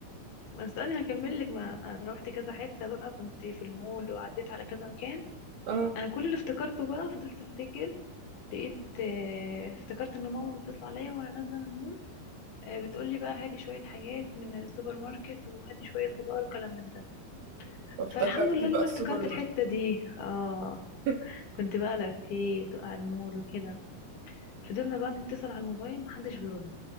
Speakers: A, on the left; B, on the right.
A: ما استني هكمل لك ما انا رحت كذا حته بقى كنت في المول وعديت على كذا مكان
B: اه
A: انا كل اللي افتكرته بقى فضلت افتكر لقيت آه، افتكرت ان ماما بتطلع عليا وانا نازله من المول آه، بتقولي بقى هاتي شويه حاجات من السوبر ماركت وهاتي شويه خضار وكلام من ده
B: افتكرتي
A: فالحمد لله
B: بقى
A: ان انا
B: السوبر
A: افتكرت الحته
B: ماركت
A: دي اه
B: <laughs>
A: كنت بقى لفيت وقع المول وكده فضلنا بقى نتصل على الموبايل محدش بيرد